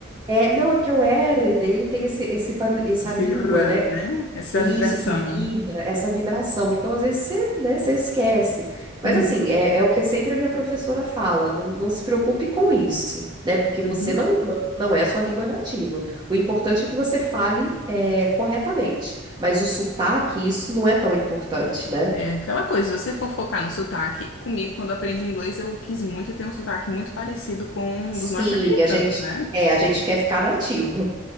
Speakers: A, on the right; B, on the left.
A: é, não, é porque o R dele tem esse, esse barulho, essa
B: Esse
A: língua,
B: rã,
A: né?
B: né? Essa
A: Isso,
B: vibração.
A: que vibra, essa vibração. Então, às vezes, você, né, você esquece. Mas,
B: Uhum,
A: assim, é, é o que sempre a minha professora fala: não, não se preocupe com isso, né? Porque
B: uhum.
A: você não, não, não é a sua língua nativa. O importante é que você fale, é, corretamente. Mas o sotaque, isso não é tão importante, né?
B: É aquela coisa, se você for focar no sotaque, comigo, quando eu aprendi inglês, eu quis muito ter um sotaque muito parecido com
A: Sim,
B: o dos norte-americanos,
A: a gente,
B: né?
A: é, a gente quer ficar nativo.